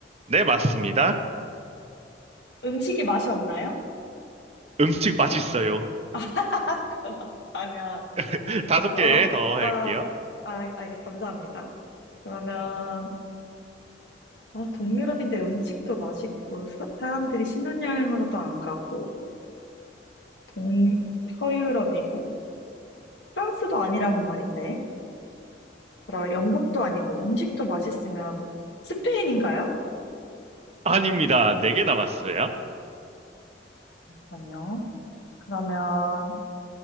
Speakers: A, on the right; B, on the left.
A: 네, 맞습니다.
B: 음식이 맛이 없나요?
A: 음식 맛있어요.
B: <laughs> 아, 그렇다면,
A: <laughs> 다섯
B: 어,
A: 개
B: 아,
A: 더 할게요.
B: 아, 아, 예, 감사합니다. 그러면, 어, 동유럽인데 음식도 맛있고, 사, 사람들이 신혼여행으로도 안 가고, 음, 서유럽이고 프랑스도 아니라는 말인데 그럼 영국도 아니고 음식도 맛있으면 스페인인가요?
A: 아닙니다. 네 개 남았어요.
B: 아니요. 그러면